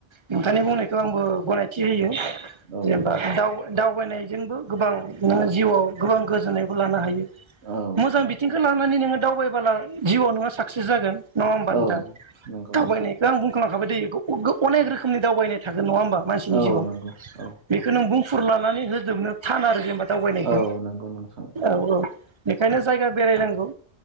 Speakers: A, on the right (about 30°); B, on the right (about 85°).
A: नोंथांनि
B: औ
A: बुंनायखौ आंबो गनायथि होयो
B: औ
A: जेनेबा
B: नंगौ
A: दाव दावबायनाय जोंबो गोबां नोङो जिउआव गोबां गोजोननायबो लानो हायो।
B: औ
A: मोजां
B: नंगौ
A: बिथिंखौ लानानै नोङो दावबाय बोला जिउआव नोङा साक्सेस जागोन। नङा होमबा नोंथां?
B: औ नंगौ
A: दावबायनाय
B: नोंथां
A: आं बुंखांखाबाय दैहायो ग अ-अनेक रोखोमनि दावबायनाय थागोन नङा होमबा? मानसिनि
B: औ
A: जिउआव
B: नंगौ औ
A: बेखौ
B: औ
A: नों बुंफुरला नानै होजोबनो थान आरो जेनेबा। दावबायनायखौ
B: औ नंगौ नोंथां
A: औ औ। बेखायनो जायगा बेरायनांगौ।